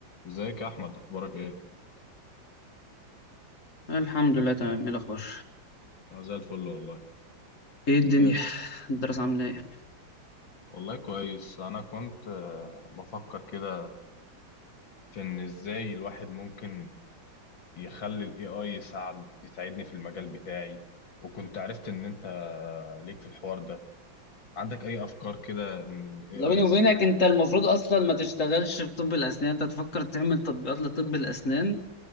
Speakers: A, on the left; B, on the left.
A: ازيك يا احمد اخبارك ايه
B: الحمد لله تمام ايه الاخبار
A: انا زي الفل والله
B: ايه
A: بدأ
B: الدنيا الدراسه عامله ايه
A: والله كويس انا كنت آه، بفكر كده في ان ازاي الواحد ممكن يخلي الاي اي يساعد يساعدني في المجال بتاعي وكنت عرفت ان انت آه، ليك في الحوار ده عندك اي افكار كده ان الاي
B: لا
A: اي
B: بيني
A: ازاي
B: وبينك انت المفروض اصلا ما تشتغلش في طب الاسنان انت تفكر تعمل تطبيقات لطب الاسنان